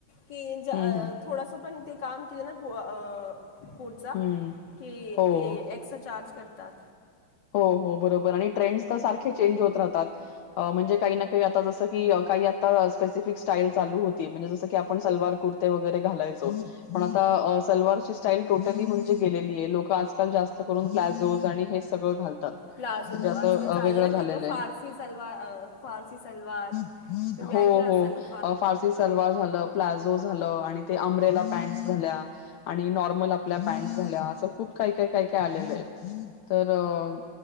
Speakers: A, on the left (about 55°); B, on the left (about 75°).
A: की ज
B: हम्म हम्म
A: थोडसं पण ते काम केलं ना अ. पु पुढचा
B: हम्म
A: की
B: हो
A: ते एक्स्ट्रा चार्ज करतात.
B: हो हो बरोबर आणि ट्रेंड्स तर सारखे चेंज होत राहतात. म्हणजे काही ना काही आता जसं की काही आता स्पेसिफिक स्टाईल चालू होती म्हणजे जसं की आपण सलवार कुर्ती. र्ती वगैरे घालायचो. पण आता सलवारची स्टाईल टोटली म्हणजे गेलेली आहे लोक आजकाल जास्त करून प्लाझोज आणि हे सगळं घालतात.
A: प्लाझो
B: म्हणजे असं
A: आजकाल
B: अ,
A: चाल
B: वेगळं
A: ना
B: झालेलं
A: ते
B: आहे.
A: फारसी सलवार फारसी सलवार.
B: हो
A: तुम्ही ऐकलं
B: हो
A: असेल
B: फारसी सलवार झालं प्लाझो झालं आणि ते अंमरेला पॅन्ट. झाल्या आणि नॉर्मल आपल्या पॅट. झाल्या असं खूप काही काय काय आलेलंय तर.